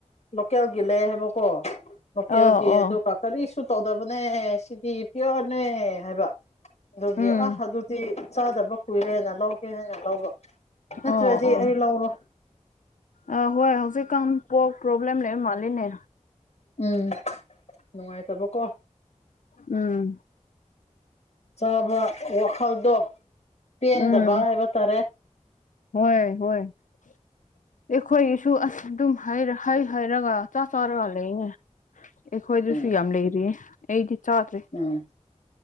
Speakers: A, on the left; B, on the left.
A: ꯂꯣꯀꯦꯜꯒꯤ ꯂꯩ ꯍꯥꯏꯕ ꯀꯣ ꯂꯣꯀꯦꯜꯒꯤ
B: ꯑꯣ ꯑꯣ
A: ꯑꯗꯨꯒ ꯀꯥꯔꯤꯁꯨ ꯇꯧꯗꯕꯅꯦ ꯁꯤꯗꯤ ꯄ꯭ꯌꯣꯔꯅꯦ ꯍꯥꯏꯕ ꯑꯗꯨꯒꯤ
B: ꯎꯝ
A: ꯑ ꯑꯗꯨꯗꯤ ꯆꯥꯗꯕ ꯀꯨꯏꯔꯦꯅ ꯂꯧꯒꯦ ꯍꯥꯏꯅ ꯂꯧꯕ ꯅꯠꯇ꯭ꯔꯗꯤ
B: ꯑꯣ ꯑꯣ
A: ꯑꯩ ꯂꯧꯔꯣ
B: ꯑ ꯍꯣꯏ ꯍꯧꯖꯤꯛꯀꯥꯟ ꯄꯣꯛ ꯄ꯭ꯔꯣꯕ꯭ꯂꯦꯝ ꯂꯩꯔ ꯃꯥꯜꯂꯤꯅꯦ
A: ꯎꯝ ꯅꯨꯡꯉꯥꯏꯇꯕ ꯀꯣ
B: ꯎꯝ
A: ꯆꯥꯕ ꯋꯥꯈꯜꯗꯣ ꯄꯦꯟꯗꯕ
B: ꯎꯝ
A: ꯍꯥꯏꯕ ꯇꯥꯔꯦ
B: ꯍꯣꯏ ꯍꯣꯏ ꯑꯩꯈꯣꯏꯒꯤꯁꯨ ꯑꯁ ꯑꯗꯨꯝ ꯍꯩꯔꯥ ꯍꯩ ꯍꯥꯏꯔꯒ ꯆꯥꯛ ꯆꯔꯒ ꯂꯩꯅꯩ ꯑꯩꯈꯣꯏꯗꯁꯨ
A: ꯎꯝ
B: ꯌꯥꯝ ꯂꯩꯔꯤꯌꯦ ꯑꯩꯗꯤ ꯆꯥꯗ꯭ꯔꯤ
A: ꯎꯝ